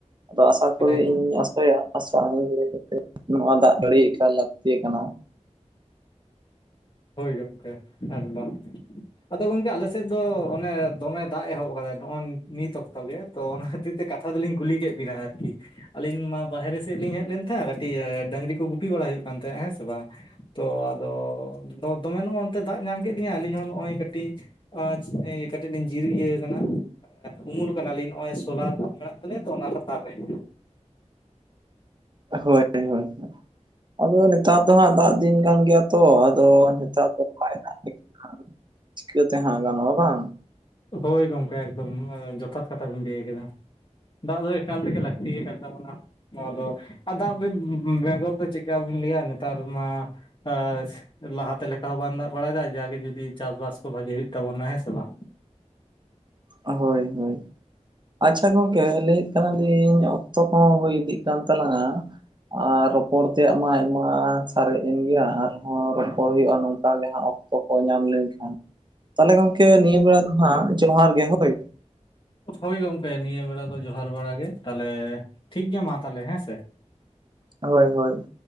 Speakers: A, on the right (about 40°); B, on the left (about 45°).
A: ᱟᱫᱚ ᱟᱥᱟ ᱠᱚᱨᱤ
B: ᱦᱮᱸ
A: ᱤᱧᱤᱧ ᱟᱥᱟᱭᱟ ᱟᱥᱟ <unintelligible> ᱠᱟᱛᱮ ᱱᱚᱣᱟ ᱫᱟᱜ ᱡᱟᱹᱲᱤ ᱮᱠᱟᱞ ᱞᱟᱠ ᱛᱮ ᱜᱮ ᱠᱟᱱᱟ ᱾
B: ᱦᱳᱭ ᱜᱚᱝᱠᱮ ᱮᱠᱫᱚᱢ <unintelligible> ᱾ ᱟᱫᱚ ᱜᱚᱝᱠᱮ ᱟᱞᱮ ᱥᱮᱫ ᱫᱚ ᱚᱱᱮ ᱫᱚᱢᱮ ᱫᱟᱜ ᱮᱦᱚᱵ ᱠᱟᱫᱟᱭ ᱱᱚᱜ-ᱚᱭ ᱱᱤᱛ ᱚᱠᱛᱚ ᱜᱮ ᱾ ᱛᱚ ᱚᱱᱟ ᱠᱷᱟᱹᱛᱤᱨ ᱛᱮ ᱠᱟᱛᱷᱟ ᱫᱚᱞᱤᱧ ᱠᱩᱞᱤ ᱠᱮᱫ ᱵᱤᱱᱟ ᱟᱨᱠᱤ ᱾ ᱟᱹᱞᱤᱧ ᱢᱟ ᱵᱟᱦᱨᱮ ᱥᱮᱫ ᱞᱤᱧ ᱦᱮᱡ ᱞᱮᱱ ᱛᱟᱦᱮᱸᱫ ᱠᱟᱹᱴᱤᱡ ᱰᱟᱹᱝᱨᱤ ᱠᱚ ᱵᱟᱲᱟᱭ ᱦᱩᱭᱩᱜ ᱠᱟᱱ ᱛᱟᱦᱮᱸᱫ ᱦᱮᱸᱥᱮ ᱵᱟᱝ ᱾ ᱛᱚ ᱟᱫᱚ ᱫᱚᱢᱮ ᱱᱚᱜ-ᱚᱱᱛᱮ ᱫᱟᱜ ᱧᱟᱢ ᱠᱮᱫ ᱞᱤᱧᱟ ᱟᱹᱞᱤᱧ ᱦᱚᱸ ᱱᱚᱜᱚᱭ ᱠᱟᱹᱴᱤᱡ ᱟᱸᱪ ᱮᱸ ᱠᱟᱹᱴᱤᱡ ᱞᱤᱧ ᱡᱤᱨᱤᱟᱹᱣ ᱠᱟᱱᱟ ᱾ ᱩᱢᱩᱞ ᱠᱟᱱᱟᱞᱤᱧ ᱱᱚᱜᱼᱚᱭ ᱥᱳᱞᱟᱨ ᱢᱮᱱᱟᱜ ᱛᱟᱞᱮᱭᱟ ᱛᱚ ᱚᱱᱟ ᱞᱟᱛᱟᱨ ᱨᱮ ᱾
A: ᱦᱳᱭ ᱦᱳᱭ, ᱟᱫᱚ ᱱᱮᱛᱟᱨ ᱫᱚ ᱦᱟᱸᱜ ᱫᱟᱜ ᱫᱤᱱ ᱠᱟᱱ ᱜᱮᱭᱟ ᱛᱚ ᱟᱫᱚ ᱱᱮᱛᱟᱨ ᱫᱚ ᱵᱟᱭ ᱫᱟᱜ ᱞᱮᱠᱷᱟᱱ ᱪᱤᱠᱟᱹ ᱛᱮ ᱦᱟᱸᱜ ᱜᱟᱱᱚᱜᱼᱟ ᱵᱟᱝ ᱾
B: ᱦᱳᱭ ᱜᱚᱢᱠᱮ ᱮᱠᱫᱚᱢ ᱡᱚᱛᱷᱟᱛ ᱠᱟᱛᱷᱟ ᱵᱤᱱ ᱞᱟᱹᱭ ᱠᱟᱫᱟ ᱾ ᱫᱟᱜ ᱫᱚ ᱮᱠᱟᱞ ᱛᱮᱜᱮ ᱞᱟᱹᱠᱛᱤ ᱟᱠᱟᱱ ᱛᱟᱵᱚᱱᱟ ᱾ ᱟᱫᱚ ᱫᱟᱜ ᱵᱮ ᱵᱮᱜᱚᱨ ᱫᱚ ᱪᱮᱫᱠᱟ ᱵᱤᱱ ᱞᱟᱹᱭᱟ ᱱᱮᱛᱟᱨ ᱢᱟ ᱟ ᱥᱤ ᱞᱟᱦᱟᱛᱮ ᱞᱮᱠᱟ ᱦᱚᱸ ᱵᱟᱱ ᱫᱟᱜ ᱵᱟᱲᱟᱭᱮᱫᱟᱭ, ᱡᱟᱜᱮ ᱡᱩᱫᱤ ᱪᱟᱥᱵᱟᱥ ᱠᱚ ᱵᱷᱟᱜᱤ ᱦᱩᱭᱩᱜ ᱛᱟᱵᱚᱱᱟ, ᱦᱮᱸ ᱥᱮ ᱵᱟᱝ?
A: ᱦᱳᱭ, ᱦᱳᱭ ᱾ ᱟᱪᱪᱷᱟ ᱜᱚᱝᱠᱮ, ᱞᱟᱹᱭᱮᱫ ᱛᱟᱦᱮᱸᱞᱤᱧ, ᱚᱠᱛᱚ ᱠᱚᱦᱚᱸ ᱦᱩᱭ ᱤᱫᱤᱜ ᱠᱟᱱ ᱛᱟᱞᱟᱝᱼᱟ ᱟᱨ ᱨᱚᱯᱚᱲ ᱛᱮᱭᱟᱜ ᱢᱟ ᱟᱭᱢᱟ ᱥᱟᱨᱮᱡ ᱮᱱ ᱜᱮᱭᱟ, ᱟᱨᱦᱚᱸ ᱨᱚᱯᱚᱲ ᱦᱩᱭᱩᱜᱼᱟ ᱱᱚᱝᱠᱟ ᱜᱮ ᱦᱟᱸᱜ ᱚᱠ -ᱛᱚ ᱠᱚ ᱧᱟᱢ ᱞᱮᱱᱠᱷᱟᱱ, ᱛᱟᱦᱚᱞᱮ ᱜᱚᱝᱠᱮ ᱱᱤᱭᱟᱹ ᱵᱮᱲᱟ ᱫᱚ ᱦᱟᱸᱜ, ᱡᱚᱦᱟᱨ ᱜᱮ ᱦᱳᱭ ᱾
B: ᱦᱳᱭ ᱜᱚᱝᱠᱮ, ᱱᱤᱭᱟᱹ ᱵᱮᱲᱟ ᱫᱚ ᱡᱚᱦᱟᱨ ᱵᱟᱲᱟ ᱜᱮ, ᱛᱟᱦᱚᱸᱞᱮ ᱴᱷᱤᱠ ᱜᱮᱭᱟ ᱢᱟ ᱛᱟᱦᱚᱸᱞᱮ ᱦᱮᱸ ᱥᱮ᱾
A: ᱦᱳᱭ, ᱦᱳᱭ,